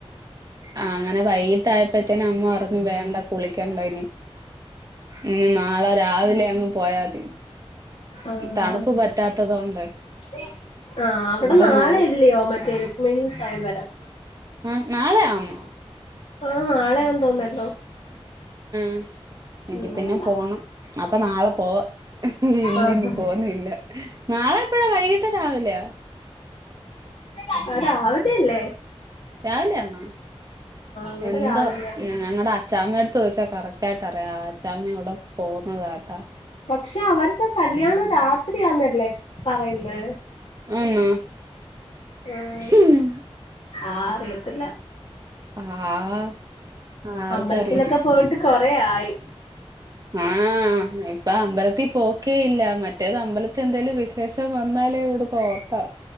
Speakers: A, on the right; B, on the left.
A: ആഹ് അങ്ങനെ വൈകിട്ടയപ്പോഴത്തേനും അമ്മ പറഞ്ഞു വേണ്ട കുളിക്കണ്ട ഇനി. ഉം നാളെ രാവിലെ അങ്ങ് പോയാതി.
B: ആഹ്
A: തണുപ്പ് പറ്റാത്തത് കൊണ്ട്
B: അഹ് ആഹ് അവിടെ
A: ഇവിടെ
B: നാളെ
A: നല്ല
B: ഇല്ലയോ മറ്റേ രുക്മണി സ്വയവരം?
A: ആഹ് നാളെ ആന്നോ?
B: ആഹ് നാളെയാന്ന് തോന്നെട്ടോ
A: ഉം എങ്കി
B: ഉം
A: പിന്നെ പോണം അപ്പൊ നാളെ പോവാ. ഇല്ല
B: ആഹ്
A: ഇനി പോന്നില്ല നാളെ ഇപ്പോഴാ വൈകിട്ട് രാവിലെയ.
B: അഹ് രാവിലല്ലെ.
A: രാവിലെയാന്നോ
B: ഇവിടെ
A: എന്തോ
B: രാവിലെയാ
A: ഞങ്ങടച് - ഛമ്മെടുത്ത് ചോയ്ച്ച കറക്റ്റ് ആയിട്ട് അറിയാ ഛമ്മ അവിടെ പോന്നതാട്ടാ.
B: പക്ഷെ അവരതെ കല്യാണം രാത്രിയാന്നല്ലേ പറയ്ന്നെ.
A: അന്നോ
B: ആഹ്
A: ഉം.
B: ആഹ് അറിയത്തില്ല
A: ആഹ്. ആർക്കറിയാ
B: അമ്പലത്തിലൊക്കെ പോയിട്ട് കൊറെ ആയി.
A: ആഹ് ഇപ്പ അമ്പലത്തിൽ പോക്കേയില്ല മറ്റേത് അമ്പലത്തി എന്തേലും വിശേഷം വന്നാലേ ഇവിടെ- പോട്ടോ